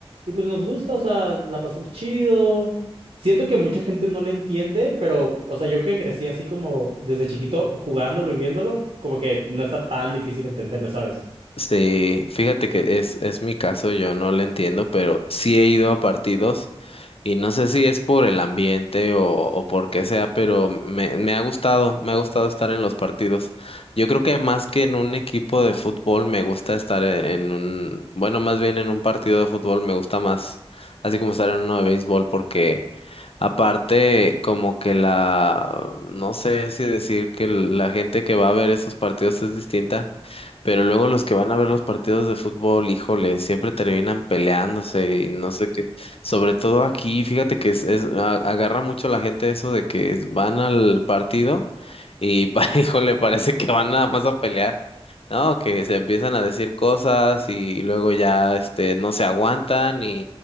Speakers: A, on the right; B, on the left.
A: y pues nos gusta, o sea, la pasamos chido. Siento que mucha gente no le entiende, pero, o sea, yo que crecí así como desde chiquito jugándolo y viéndolo, como que no está tan difícil entenderle, ¿sabes?
B: Sí, fíjate que es, es mi caso, yo no lo entiendo, pero sí he ido a partidos y no sé si es por el ambiente o, o por qué sea, pero me, me ha gustado, me ha gustado estar en los partidos. Yo creo que más que en un equipo de fútbol, me gusta estar en, en un, bueno, más bien en un partido de fútbol, me gusta más, así como estar en uno de béisbol, porque Aparte, como que la, no sé si decir que la gente que va a ver esos partidos es distinta, pero luego los que van a ver los partidos de fútbol, híjole, siempre terminan peleándose y no sé qué. Sobre todo aquí, fíjate que es, es- a- agarra mucho la gente eso de que es- van al partido y, pa- <laughs> híjole, parece que van nada más a pelear. No, que se empiezan a decir cosas y luego ya, este, no se aguantan